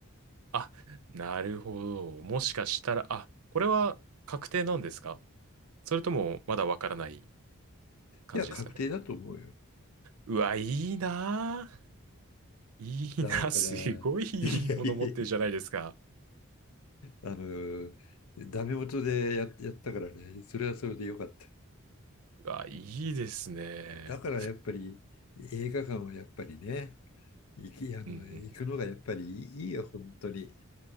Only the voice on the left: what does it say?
や、確定だと思うよ。
だから、
いやいやいやあの、ダメ元でや、やったからね、それはそれでよかった。
だからやっぱり映画館はやっぱりね、行き、あの、
行くのがやっぱりいいいよ、本当に。